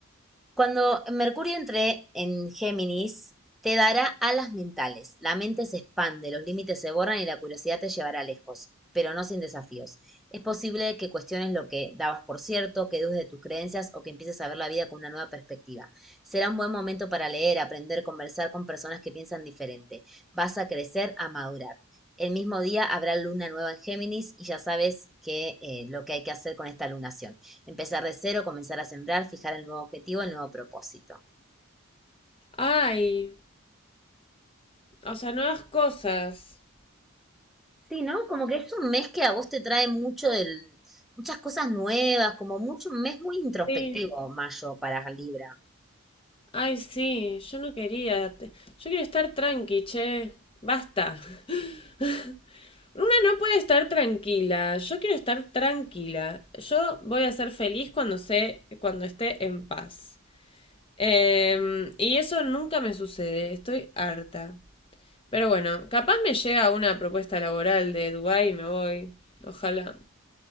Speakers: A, in the centre; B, on the left (about 25°).
A: Cuando Mercurio entre en Géminis, te dará alas mentales. La mente se expande, los límites se borran y la curiosidad te llevará lejos, pero no sin desafíos. Es posible que cuestiones lo que dabas por cierto, que dudes de tus creencias o que empieces a ver la vida con una nueva perspectiva. Será un buen momento para leer, aprender, conversar con personas que piensan diferente. Vas a crecer, a madurar. El mismo día habrá luna nueva en Géminis y ya sabes que eh, lo que hay que hacer con esta lunación. Empezar de cero, comenzar a sembrar, fijar el nuevo objetivo, el nuevo propósito.
B: Ay, O sea, nuevas cosas.
A: Sí, ¿no? Como que es un mes que a vos te trae mucho del, muchas cosas nuevas, como mucho, un mes muy introspectivo,
B: Sí,
A: mayo, para Libra.
B: Ay, sí, yo no quería. te- Yo quiero estar tranqui, che. Basta. <laughs> Una no puede estar tranquila. Yo quiero estar tranquila. Yo voy a ser feliz cuando sé, cuando esté en paz. Em, y eso nunca me sucede. Estoy harta. Pero bueno, capaz me llega una propuesta laboral de Dubái y me voy. Ojalá.